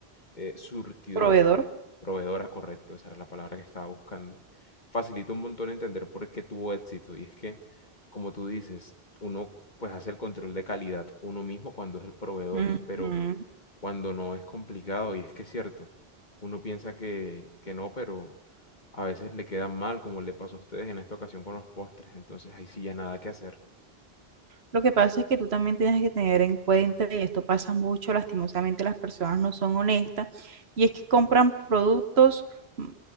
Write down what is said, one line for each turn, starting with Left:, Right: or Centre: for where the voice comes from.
Left: eh, surtidora,
Right: proveedor.
Left: proveedora, correcto, esa era la palabra que estaba buscando, facilita un montón entender por qué tuvo éxito. Y es que, como tú dices, uno pues hace el control de calidad uno mismo cuando es el proveedor,
Right: Ujú.
Left: pero cuando no es complicado, y es que es cierto, uno piensa que, que no, pero a veces le quedan mal, como le pasó a ustedes en esta ocasión con los postres, entonces ahí sí ya nada que hacer.
Right: Lo que pasa es que tú también tienes que tener en cuenta, y esto pasa mucho, lastimosamente las personas no son honestas, y es que compran productos mm,